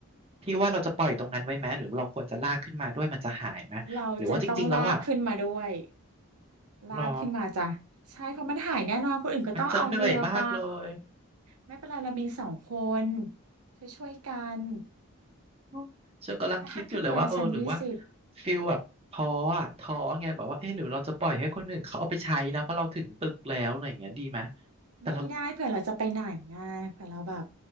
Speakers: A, on the right; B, on the right.
A: พี่ว่าเราจะปล่อยตรงนั้นไว้ไหม หรือเราควรจะลากขึ้นมาด้วยมันจะหายไหม
B: เราจะต้องลากขึ้นมาด้วย
A: หรือว่าจริงๆแล้วอ่ะ
B: ลากขึ้นมาจ้ะใช่เพราะมันหายแน่นอนคนอื่นก็ต้องเอาเรือไป
A: หรอ มันจะเหนื่อยมากเลย
B: ไม่เป็นไรเรามีสองคนช่วยช่วยกัน
A: อืมเชลกำลังคิดอยู่เลยว่าเออหรือว่า
B: ลากขึ้นมาชั้นยี่สิบ
A: ฟิลแบบท้ออะท้อไงแบบว่าเออหรือเราจะปล่อยให้คนอื่นเขาเอาไปใช้นะเพราะเราถึงตึกแล้วอะไรอย่างเงี้ยดีไหมแต่เรา
B: ไม่ได้เผื่อเราจะไปไหนไงเผื่อเราแบบ